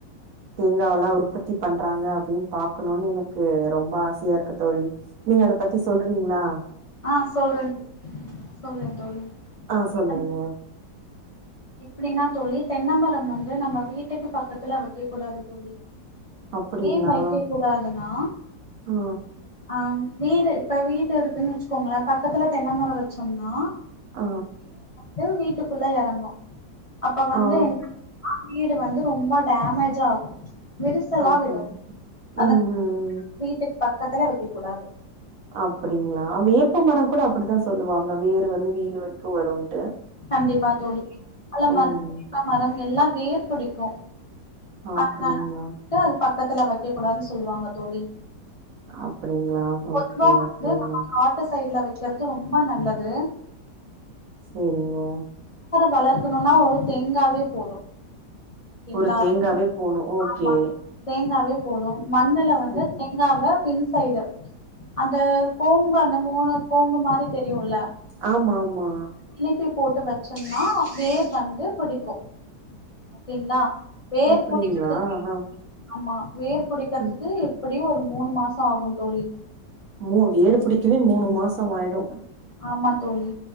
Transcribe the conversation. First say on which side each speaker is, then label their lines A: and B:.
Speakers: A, on the right (about 60°); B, on the left (about 50°).
A: தேங்காவலா உற்பத்தி பண்றாங்க அப்டின் பாக்கணுன் எனக்கு ரொம்ப ஆசையாருக்கு தோழி நீங்க அத பத்தி சொல்றீங்ளா
B: ஆ சொல்றே சொல்றே தோழி
A: ஆ
B: இப்ப
A: சொல்லுங்க
B: வந்து எப்டின்னா தோழி தென்னமரம் வந்து நம்ம வீட்டுக்கு பக்கத்துல வைக்க கூடாது தோழி
A: அப்டிங்களா
B: ஏன் வைக்க கூடாதுன்னா
A: ஆ
B: ஆ வீடு இப்ப வீட்டு இருக்குன்னு வச்சுக்கோங்களே பக்கத்துல தென்ன மரோ வச்சம்னா
A: ஆ
B: து வீட்டுக்குள்ள எறங்கு அப்ப வந்து
A: ஆ
B: என்னன்னா வீடு வந்து ரொம்ப டேமேஜாகு விரிசலா
A: அப்ப
B: விடு அதா
A: ம் ம்
B: <inaudible> வீட்டுக்கு பக்கத்துலே வைக்க கூடாது
A: அப்டிங்ளா வேப்பமரம் கூட அப்டி தா சொல்லுவாங்க வேரு வந்து வீடு வரைக்கு வருனு
B: கண்டிப்பா தோழி வாழ
A: ம்
B: மரம் வேப்ப மரம் எல்லா வேர் புடிக்கு
A: ஆப்டிங்ளா
B: அதனால வந்து அது பக்கத்துல வைக்க கூடாதுன்னு சொல்லுவாங்க தோழி
A: அப்டிங்களா
B: பொதுவா
A: ஓகே
B: வந்து
A: ஓகேங்க
B: நம்ம காட்டு சைடுல வெ க்கிறது ரொம்ப நல்லது
A: என்ன
B: வளர்க்கணுன்னா ஒரு தேங்காவே போது ஓகேங்களா
A: ஒரு தேங்காவே போணு ஓகே
B: ஆமா தேங்காவே மண்ணுல
A: சரி
B: வந்து தேங்காவ பின் சைடு அந்த கோம்பு அந்த மூணு கோம்பு மாரி தெரியுல்ல
A: ஆமா ஆமா
B: இழுப்பி போட்டு வச்சோம்னா வேர் வந்து பிடிக்கு ஓகேங்களா வேர்
A: அப்டிங்களா
B: புடிக்கிறதுமே
A: ஆ
B: ஆமா வேர் புடிக்கிறதுக்கு
A: ம்
B: எப்படியு ஒரு மூணு மாச ஆகு தோழி
A: மூ வேறுபிடிக்கவே மூணு மாச ஆயிடு
B: ஆமா தோழி